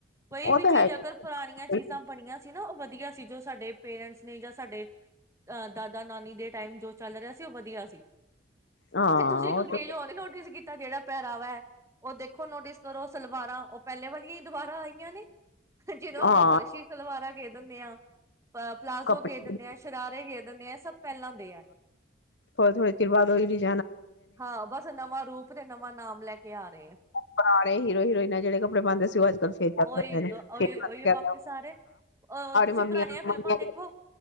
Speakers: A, on the right; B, on the left.
A: ਕੋਈ
B: ਉਹ
A: ਵੀ
B: ਤਾਂ
A: ਚੀਜ਼
B: ਹੈ
A: ਅਗਰ ਪੁਰਾਣੀਆਂ
B: ਹੀ
A: ਚੀਜ਼ਾਂ ਬਣੀਆਂ ਸੀ ਨਾ ਉਹ ਵਧੀਆ ਸੀ ਜੋ ਸਾਡੇ ਪੇਰੈਂਟਸ ਨੇ ਜਾਂ ਸਾਡੇ ਅਹ ਦਾਦਾ ਨਾਨੀ ਦੇ ਟਾਈਮ ਜੋ ਚੱਲ ਰਿਹਾ ਦੱਸਿਓ ਵਧੀਆ ਸੀ
B: ਹਾਂ
A: ਤੁਸੀਂ ਇੱਕ
B: ਉਹ
A: ਚਿਜ਼
B: ਤਾਂ
A: ਹੋਗੇ ਨੋਟਿਸ ਕੀਤੀ ਤਾਂ ਜਿਹੜਾ ਪਹਿਰਾਵਾ ਹੈ ਉਹ ਦੇਖੋ ਨੋਟਿਸ ਕਰੋ ਸਲਵਾਰਾਂ ਪਹਿਲੇ ਵਾਲੀਆਂ ਹੀ ਦੁਬਾਰਾ ਆਈਆਂ ਨੇ ਜਦੋਂ ਆਪਾਂ
B: ਹਾਂ
A: ਫਰਸ਼ੀ ਸਲਵਾਰਾਂ ਕ ਦਿੰਦੇ ਆਾਂ ਅ ਪਲਾਜ਼ੋ
B: ਕੱਪੜੇ
A: ਗੇ ਦਿੰਦੇ ਹਾਂ ਸ਼ਰਾਰੇੇ ਦਿੰਦੇ ਆਂ ਸਭ ਪਹਿਲਾਂ ਦੇ ਆ
B: ਪਰਸੋ ਐਕਟਿਵਾ ਗਯੀ ਦੀ ਸੀ
A: ਹਾਂ ਬਸ ਨਵਾਂ ਰੂਪ ਤੇ ਨਵਾਂ ਨਾਮ ਲੈ ਕੇ ਆ ਰਹੇ ਹੈ
B: ਪੁਰਾਣੇ ਹੀਰੋ ਹੀਰੋਇਨਾ ਜਿਹੜੇ ਕੱਪੜੇ ਪਾਉਂਦੇ ਸੀ ਉਹ ਅੱਜ ਕੱਲ ਫੇਰ ਚ
A: ਉਹੀ
B: ਦਦੇ ਨੇ
A: ਗ ਉਹੀ
B: ਫ
A: ਉਹੀ ਵਾਪਿਸ ਆ ਰਹੇ ਅ ਤੁਸੀਂ
B: ਮੰੀਆਂ
A: ਪੁਰਾਣੀਆਂ ਫਿਲਮਾਂ
B: ਮੰਹਿੰ
A: ਦੇਖੋ